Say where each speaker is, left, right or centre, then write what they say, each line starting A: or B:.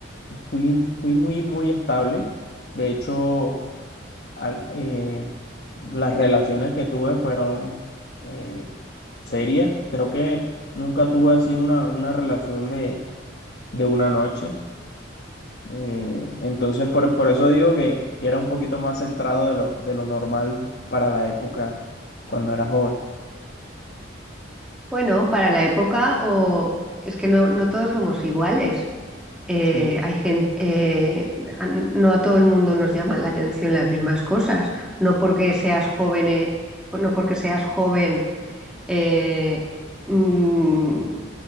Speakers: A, on the left; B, in the centre.
A: Fui, fui muy, muy estable. De hecho, al- eh, las relaciones que tuve fueron eh, serias. Creo que nunca tuve así una, una relación de, de una noche. Eh, entonces, por, por eso digo que, que era un poquito más centrado de lo, de lo normal para la época cuando era joven.
B: Bueno, para la época, o es que no, no todos somos iguales. Eh,
A: Sí,
B: hay gente, no a todo el mundo nos llaman la atención las mismas cosas. No porque seas joven, eh, no porque seas joven, eh, mm,